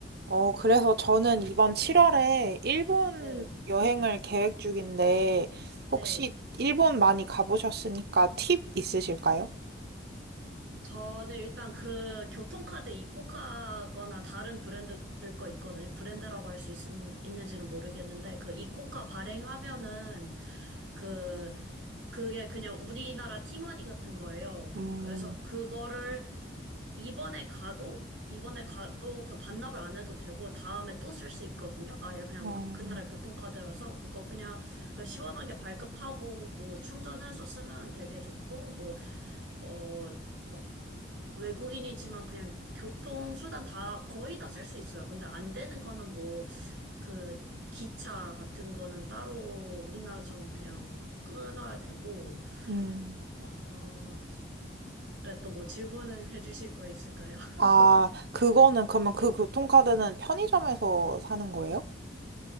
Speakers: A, on the right; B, on the right.
A: 어, 그래서 저는 이번 7월에 일본
B: 네,
A: 여행을 계획 중인데, 혹시
B: 네.
A: 일본 많이 가보셨으니까 팁 있으실까요?
B: 저는 일단 그 교통카드 이코카거나 다른 브랜드들 거 있거든요. 브랜드라고 할 수 있는지는 모르겠는데, 그 이코카 발행하면은 그, 그게 그냥 우리나라 티머니 같은 거예요.
A: 음,
B: 그래서 그거를 이번에 가도, 이번에 가도 그 반납을 안 해도 되고, 다음에 또 쓸 수 있거든요. 아예 그냥
A: 어,
B: 그 나라 교통카드라서 그거 그냥 그 시원하게 발급하고 뭐 충전해서 쓰면 되게 좋고, 뭐 어, 막 외국인이지만 그냥 교통수단 다 거의 다 쓸 수 있어요. 근데 안 되는 거는 뭐 그 기차 같은 거는 따로 우리나라처럼 그냥 끊어야 되고,
A: 음.
B: 어, 또 뭐 질문은 해주실 거 있을까요? <laughs>
A: 아, 그거는, 그러면 그 교통카드는 편의점에서 사는 거예요?